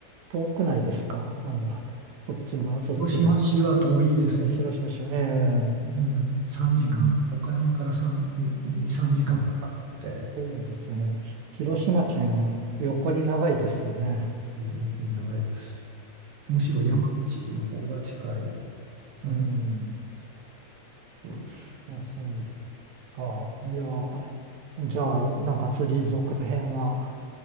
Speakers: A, on the right; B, on the right.
A: 遠くないですかあの、<laughs> そっちはそっちで。
B: 広島市は遠いですね。
A: え、広島市、ええ
B: うん、3時間、
A: うん、
B: 岡山から3、2、3時間かんかかるので、
A: うん。そうですよね。ひ広島県、横に長いですよね。
B: うん、僕に長いです。むしろ山口の方が近い。
A: うん。うん。
B: うん、そうです。
A: あ、そうか。いや、じゃあ、なんか次続編は、